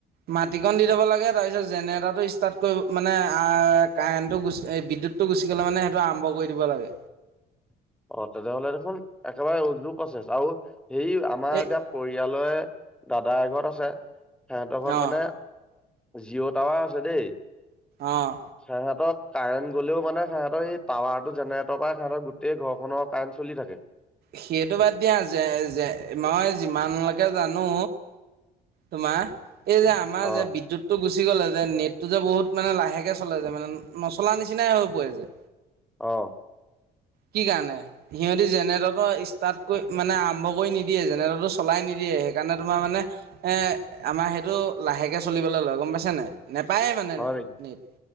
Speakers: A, on the right; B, in the centre.
A: মাটিকন দি থব লাগে তাৰপিছত জেনেৰেটাৰটো ষ্টাৰ্ট কৰিব মানে কাৰেণ্টটো গুচি বিদ্যুত টো গুচি গ'লে মানে সেইটো আৰম্ভ কৰি দিব লাগে
B: <inaudible> অ তেনেহলে দেখোন একেবাৰে উজু প্ৰচেছ আৰু সেই আমাৰ
A: এই
B: এতিয়া পৰিয়ালে দাদাৰ এঘৰত আছে সিহঁতৰ ঘৰত
A: অ',
B: মানে জিঅ' টাৱাৰ আছে দেই
A: অ'।
B: সেহঁতৰ কাৰেন্ট গ'লেও মানে সেহঁতৰ এই টাৱাৰ টো জেনেৰেটৰ পৰা সিহঁতৰ গোটেই ঘৰখনৰ কাৰেণ্ট চলি থাকে
A: সেইটো বাদ দিয়া যে মই যিমানলৈকে জানো তোমাৰ এই যে আমাৰ
B: অ
A: যে বিদ্যুতটো গুচি গল গুচি গলে যে নেটটো যে বহুত মানে লাহেকে চলে যে মানে নচলা নিচিনাই হৈ পৰে যে
B: আহ
A: কি কাৰণে সিহঁতি জেনেটৰটো ষ্টাৰ্ট কৰি মানে আৰম্ভ কৰি নিদিয়ে জেনেটৰটো চলাই নিদিয়ে। দিয়ে সেইকাৰণে তোমাৰ মানে এ আমাৰ সেইটো লাহেকে চলিবলৈ লয় গম পাইছা নে নেপায়েই মানে
B: হয় নেকি
A: নেট